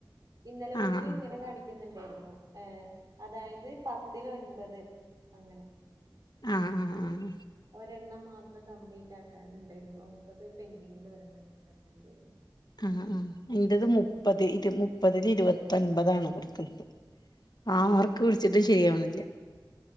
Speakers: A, on the right; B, on the left.
A: ഇന്നലെ മുതൽ
B: ആഹ്
A: ഇങ്ങനെ കാണക്കു ഇന്ന്ണ്ടായിരുന്നു ഏഹ അതായത് പത്തിൽ ഒൻപത് അങ്ങനെ
B: ആഹ ആഹ ആഹ
A: ഒരെണ്ണം മാത്രം കംപ്ലീറ്റ് ആക്കാനു ഉണ്ടായിരുന്നു ഒമ്പത് പെന്റിങ്ങിൽ ഒരെണ്ണം ഇങ്ങനെ കിടക്കുണ്ടായിരുന്നു
B: ആഹ ആഹ എന്റത് മുപ്പത് ഇരു മുപ്പതില് ഇരുപത്തൊൻപത ആണ് കൊടുക്കുന്നത് ആർക്ക് വിളിച്ചിട്ട് ശരിയാവണില്ല